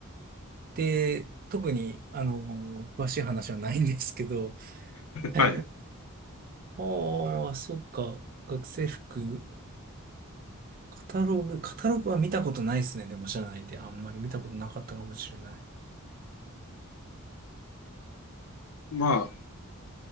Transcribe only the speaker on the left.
はい。
まあ、